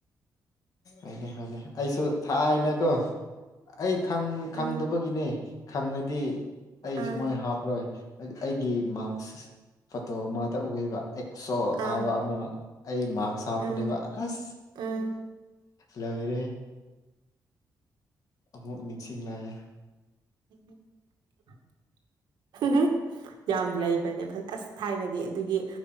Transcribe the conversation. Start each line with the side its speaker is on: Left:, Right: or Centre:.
Left: ꯍꯣꯏꯅꯦ ꯍꯣꯏꯅꯦ ꯑꯩꯁꯨ ꯊꯥꯏꯅꯀꯣ꯫ ꯑꯩ ꯈꯪ ꯈꯪꯗꯕꯒꯤꯅꯦ
Right: ꯎꯝ
Left: ꯈꯪꯉꯗꯤ ꯑꯩ
Right: ꯑꯥ
Left: ꯁꯨꯃꯥꯏ ꯍꯥꯞꯔꯣꯏ꯫ ꯑ ꯑꯩꯒꯤ ꯃꯥꯛꯁ ꯐꯣꯇꯣ ꯑꯃꯗ ꯎꯌꯦꯕ ꯑꯦꯛꯁꯣ ꯊꯥꯕ
Right: ꯑꯥ
Left: ꯑꯃ꯫ ꯑꯩ ꯃꯥꯛꯁ ꯍꯥꯞꯄꯅꯦꯕ
Right: ꯎꯝ
Left: ꯑꯁ
Right: ꯎꯝ
Left: ꯂꯣꯏꯔꯦꯍꯦ꯫ ꯑꯃꯨꯛ ꯅꯤꯡꯁꯤꯡꯂꯛꯑꯦ꯫
Right: <unintelligible> ꯌꯥꯝ ꯂꯩꯕꯅꯦ ꯐ ꯑꯁ ꯊꯥꯏꯅꯗꯤ ꯑꯗꯨꯒꯤ